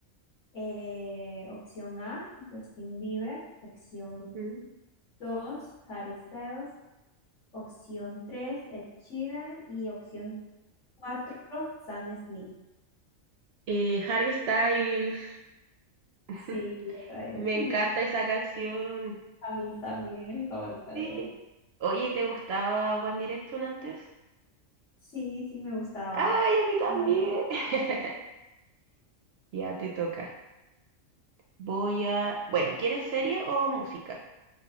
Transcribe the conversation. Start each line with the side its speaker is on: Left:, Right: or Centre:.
Left: Eh, opción A, Justin Bieber. Opción
Right: Ujú.
Left: 2: Harry Styles. Opción 3: Ed Sheeran. Y opción 4: Sam Smith.
Right: Eh, Harry Styles. <laughs>
Left: Sí, esa es.
Right: Me encanta
Left: <laughs>
Right: esa canción.
Left: A mí también es mi favorita
Right: Sí.
Left: de él.
Right: Oye, ¿te gustaba One Direction antes?
Left: Sí, sí me gustaba.
Right: ¡Ay, a
Left: <laughs>
Right: mí también!
Left: Vale, Cristian.
Right: <laughs> Ya te toca. Voy a... Bueno, ¿quieres serie o música?